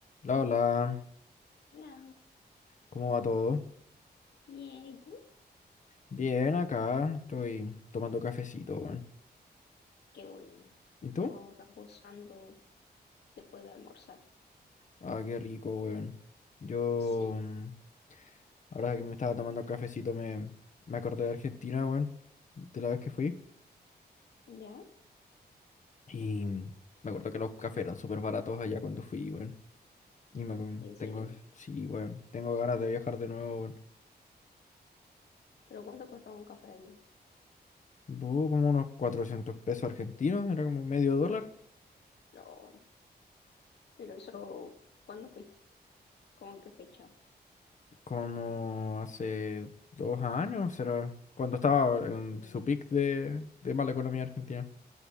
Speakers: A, on the left (about 45°); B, on the left (about 80°).
A: Hola hola,
B: Hola,
A: ¿cómo va todo?
B: bien, ¿y tú?
A: Bien, acá estoy tomando cafecito, weón.
B: Qué bueno.
A: ¿Y
B: Yo
A: tú?
B: reposando después de almorzar.
A: Ah, qué rico, weón. Yo,
B: Sí,
A: mm, ahora que me estaba tomando cafecito, me, me acordé de Argentina, weón, de la vez que fui.
B: ¿ya?
A: Y mm, me acuerdo que los cafés eran súper baratos allá cuando fui, weón. Y me, acu-
B: ¿En serio?
A: tengo, sí, weón, tengo ganas de viajar de nuevo, weón.
B: ¿Pero cuánto costaba un café allá?
A: Bu, como unos 400 pesos argentinos, era como medio dólar.
B: No, pero eso, ¿cuándo fuiste? ¿Cómo en qué fecha?
A: como hace dos años, será, cuando estaba en
B: Mm,
A: su pic de, de mala economía argentina.